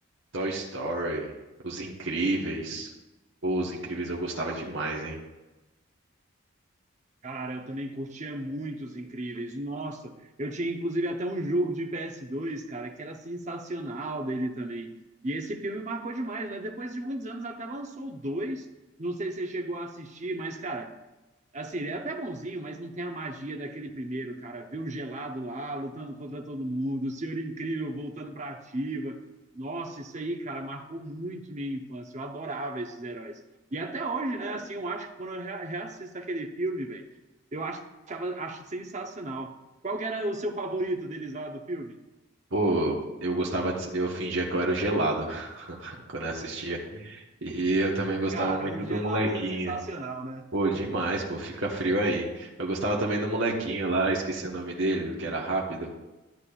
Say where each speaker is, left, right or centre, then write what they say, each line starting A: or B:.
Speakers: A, on the right; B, on the right.
A: Toy Story, Os Incríveis. Pô, Os Incríveis eu gostava demais, hein?
B: Cara, eu também curtia muito os Incríveis. Nossa, eu tinha inclusive até um jogo de PS2, cara, que era sensacional dele também. E esse filme marcou demais, né? Depois de muitos anos até lançou o dois. Não sei se você chegou a assistir, mas, cara, Assim, ele é até bonzinho, mas não tem a magia daquele primeiro, cara. Ver o gelado lá, lutando contra todo mundo, o Senhor Incrível voltando pra ativa. Nossa, isso aí, cara, marcou muito minha infância. Eu adorava esses heróis. E até hoje, né, assim, eu acho que quando eu re- reassisto aquele filme, velho, eu achava, acho sensacional. Qual que era o seu favorito deles lá do filme? <laughs>
A: Pô, eu gostava de... Eu fingia que eu era o gelado <laughs> quando eu assistia. E eu também gostava
B: Cara,
A: muito
B: o gelado
A: do molequinho.
B: era sensacional, né?
A: Pô, demais, pô, fica frio aí. Eu gostava também do molequinho lá, esqueci o nome dele, que era rápido.